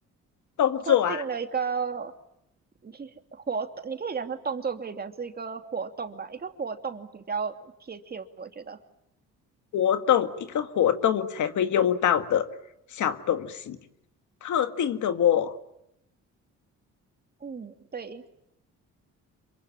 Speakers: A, on the left (about 75°); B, on the right (about 30°).
A: 动作啊，
B: 特定的一个你可以活动，你可以讲是动作，可以讲是一个活动吧，一个活动比较贴切，我觉得。
A: 活动一个活动才会用到的小东西，特定的哦，
B: 嗯，对，